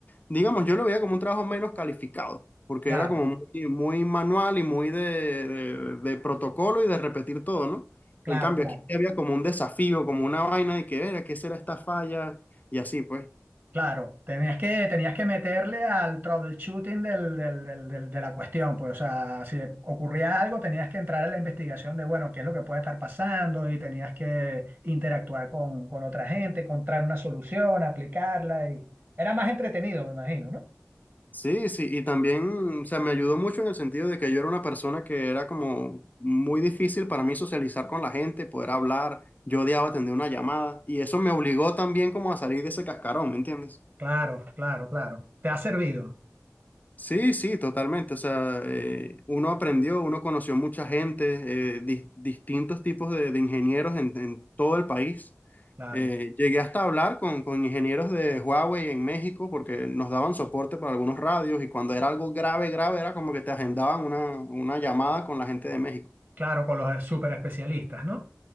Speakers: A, on the left (about 30°); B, on the right (about 40°).
A: digamos, yo lo veía como un trabajo menos calificado, porque
B: Claro,
A: era como muy, muy manual y muy de, de- de protocolo y de repetir todo, ¿no?
B: claro,
A: En cambio,
B: claro.
A: aquí sí había como un desafío, como una vaina de que era, ¿qué será esta falla? Y así, pues.
B: Claro, tenías que, tenías que meterle al troubleshooting del, del- del- del- de la cuestión, pues, o sea, si ocurría algo, tenías que entrar a la investigación de, bueno, qué es lo que puede estar pasando y tenías que interactuar con, con otra gente, encontrar una solución, aplicarla y era más entretenido, me imagino, ¿no?
A: Sí, sí, y también, o sea, me ayudó mucho en el sentido de que yo era una persona que era como muy difícil para mí socializar con la gente, poder hablar, yo odiaba atender una llamada, y eso me obligó también como a salir de ese cascarón, ¿me entiendes?
B: Claro, claro, claro. Te ha servido,
A: Sí, sí, totalmente. O sea, eh, uno aprendió, uno conoció mucha gente, eh, dis- distintos tipos de, de ingenieros en, en todo el país.
B: claro,
A: Eh, llegué hasta a hablar con, con ingenieros de Huawei en México porque nos daban soporte para algunos radios y cuando era algo grave, grave, era como que te agendaban una, una llamada con la gente de México.
B: claro, con los super especialistas, ¿no?